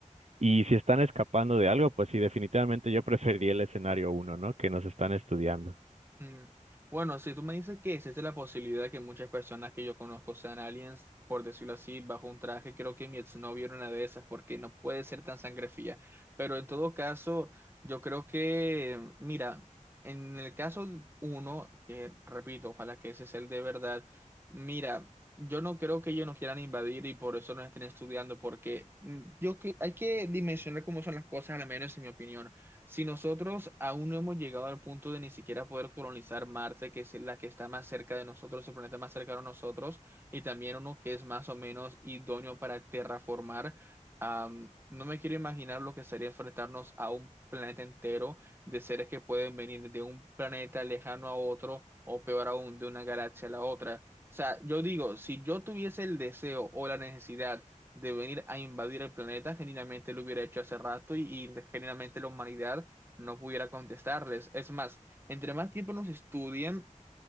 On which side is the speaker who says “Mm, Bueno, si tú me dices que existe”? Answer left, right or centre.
Right